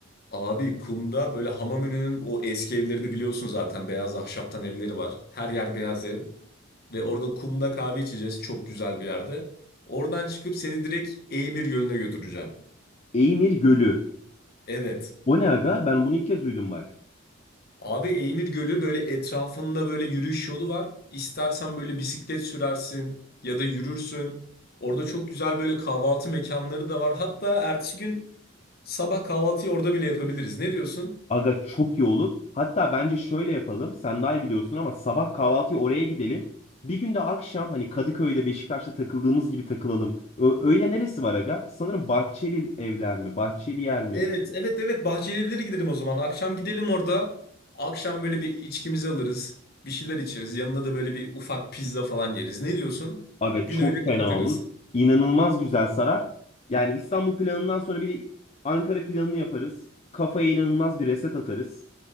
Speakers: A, on the left (about 50°); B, on the left (about 30°).
A: Abi kumda böyle hamam önünün o eski evlerini biliyorsun zaten. Beyaz ahşaptan evleri var. Her yer beyaz ev. Ve orada kumda kahve içeceğiz çok güzel bir yerde. Oradan çıkıp seni direkt Eymir Gölü'ne götüreceğim.
B: Eymir Gölü.
A: Evet.
B: O ne aga? Ben bunu ilk kez duydum bak.
A: Abi Eymir Gölü böyle etrafında böyle yürüyüş yolu var. İstersen böyle bisiklet sürersin ya da yürürsün. Orada çok güzel böyle kahvaltı mekanları da var. Hatta ertesi gün sabah kahvaltıyı orada bile yapabiliriz. Ne diyorsun?
B: Aga çok iyi olur. Hatta bence şöyle yapalım. Sen daha iyi biliyorsun ama sabah kahvaltıya oraya gidelim. Bir gün de akşam hani Kadıköy'de Beşiktaş'ta takıldığımız gibi takılalım. Ö- öyle neresi var aga? Sanırım Bahçeli evler mi? Bahçeli yer mi?
A: Evet, evet, evet. Bahçeli Evler'e gidelim o zaman. Akşam gidelim orada. Akşam böyle bir içkimizi alırız. Bir şeyler içeriz. Yanına da böyle bir ufak pizza falan yeriz. Ne diyorsun?
B: Aga
A: Günü
B: çok
A: öyle
B: fena
A: kapatırız.
B: olur. İnanılmaz güzel sarar. Yani İstanbul planından sonra bir de Ankara planını yaparız. Kafaya inanılmaz bir reset atarız.